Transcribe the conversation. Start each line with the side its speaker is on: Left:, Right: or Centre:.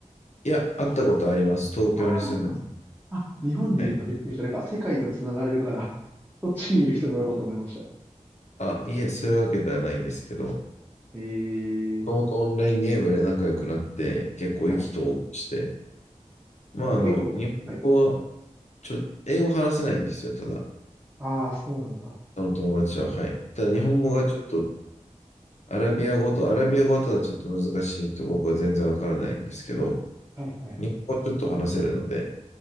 Left: いや、会ったことあります。東京に住んで、
Right: ああー、そうっす。あ、日本にいるんだ。
Left: はい。
Right: びっくりした。なんか世界とつながれるから、そっちにいる人なのかと思いました。
Left: あ、いえ、そういうわけではないんですけど、
Right: え
Left: もともとオンラインゲームで仲良くなって、
Right: えー、
Left: 結構意気投合して、
Right: はい。
Left: まあ、
Right: で結構、
Left: あの、日本語は、
Right: はい
Left: ちょ、英語話せないんですよ、ただ。
Right: ああ、そうなんだ。
Left: あの友達は、はい。ただ、日本語がちょっと
Right: はい、
Left: アラビア語と、アラビア語はただちょっと難しいと僕は全然わからないんですけど、
Right: はい、はいはい。
Left: 日本語はちょっと話せるので、